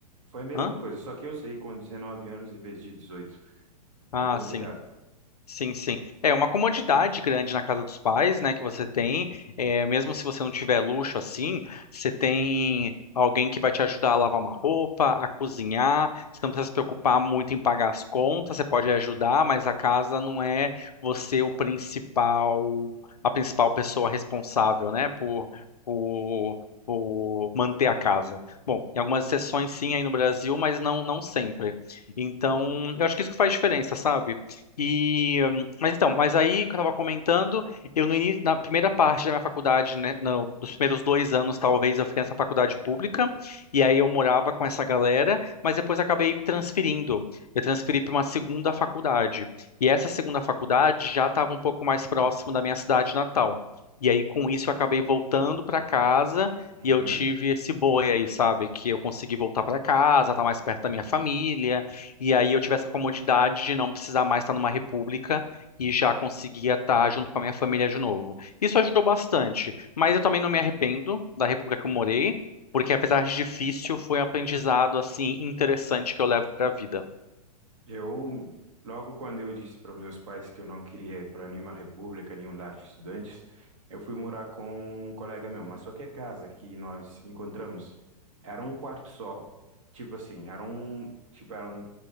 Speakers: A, on the right (about 50°); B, on the left (about 70°).
A: foi a mesma
B: Hã?
A: coisa, só que eu saí com 19 anos em vez de 18.
B: Ah,
A: É complicado.
B: sim. Sim, sim. É uma comodidade grande na casa dos pais, né, que você tem. É, mesmo se você não tiver luxo assim, você tem alguém que vai te ajudar a lavar uma roupa, a cozinhar. Você não precisa se preocupar muito em pagar as contas, você pode ajudar, mas a casa não é você o principal, a principal pessoa responsável, né, por, por por manter a casa. Bom, em algumas exceções sim aí no Brasil, mas não não sempre. Então, eu acho que isso que faz diferença, sabe? E, hum, mas então, mas aí que eu estava comentando, eu no início, na primeira parte da minha faculdade, né, não, nos primeiros dois anos talvez eu fiquei nessa faculdade pública e aí eu morava com essa galera, mas depois acabei transferindo. Eu transferi para uma segunda faculdade e essa segunda faculdade já estava um pouco mais próximo da minha cidade natal. E aí com isso eu acabei voltando para casa
A: Uhum.
B: e eu tive esse boi aí, sabe, que eu consegui voltar para casa, tá mais perto da minha família. E aí eu tive essa comodidade de não precisar mais estar numa república e já conseguia estar junto com a minha família de novo. Isso ajudou bastante, mas eu também não me arrependo da república que eu morei, porque apesar de difícil, foi um aprendizado assim interessante que eu levo para a vida.
A: Eu, logo quando eu disse para os meus pais que eu não queria ir para nenhuma república, nenhum lar de estudantes, eu fui morar com um colega meu, mas só que a casa que nós encontramos era um quarto só, tipo assim, era um, tipo, eram